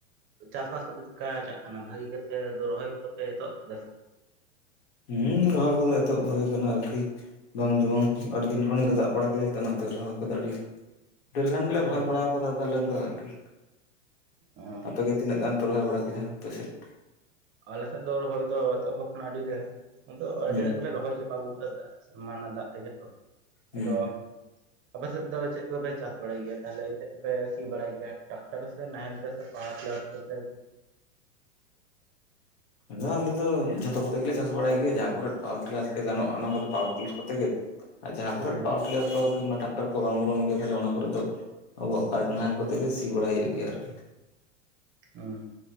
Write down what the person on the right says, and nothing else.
ᱪᱟᱥᱵᱟᱥ ᱠᱚᱫᱚ ᱪᱤᱠᱟ ᱪᱟᱜ ᱠᱟᱱᱟ ᱵᱷᱟᱜᱤ ᱜᱮᱯᱮ ᱫᱚ ᱨᱚᱦᱚᱭ ᱠᱚᱫᱚᱯᱮ ᱮᱛᱚᱦᱚᱵ ᱠᱮᱫᱟ ᱥᱮ
ᱦᱮᱸ
ᱚ
ᱟᱞᱮᱥᱮᱫ ᱫᱚ ᱨᱚᱦᱚᱭ ᱫᱚ ᱮᱛᱚᱦᱚᱵ ᱟᱠᱟᱱᱟ ᱟᱹᱰᱤ ᱨᱮ ᱟᱫᱚ ᱟᱹᱰᱤ
ᱟᱜ ᱜᱮ ᱞᱮ ᱨᱚᱦᱚᱭ ᱪᱚᱜ ᱟᱹᱜᱩ ᱠᱟᱫᱟ ᱫᱟᱜ ᱥᱟᱢᱟᱱ ᱱᱚ ᱫᱟᱜ ᱛᱮᱜᱮ ᱛᱚ,
ᱟᱫᱚ ᱟᱯᱮ ᱥᱮᱫ ᱫᱚ ᱪᱮᱫ ᱛᱚᱯᱮ ᱪᱟᱥ ᱵᱟᱲᱟᱭ ᱜᱮᱭᱟ ᱛᱟᱷᱞᱮ ᱪᱮᱜ ᱛᱮᱯᱮ ᱥᱤ ᱵᱟᱲᱟᱭ ᱜᱮᱭᱟ᱾ ᱴᱟᱠᱴᱟᱨ ᱥᱮ ᱱᱟᱦᱮᱞ ᱛᱮ ᱥᱮ ᱯᱟᱣᱟᱨ ᱴᱤᱞᱟᱨ ᱠᱚᱛᱮ?
ᱦᱩᱸ
ᱚ